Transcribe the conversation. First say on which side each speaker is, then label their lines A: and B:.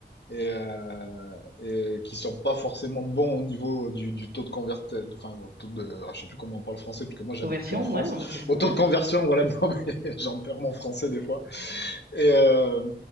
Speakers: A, on the left; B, on the right.
A: et, euh, et qui sont pas forcément bons au niveau du, du taux de conversion, enfin au taux de, ah, je sais plus comment on parle français parce que moi j'habite
B: Conversion,
A: plus en France,
B: ouais, non, mais c'est ça,
A: au taux
B: ouais.
A: de conversion, voilà, <laughs> non, mais j'en perds mon français des fois. Et, euh,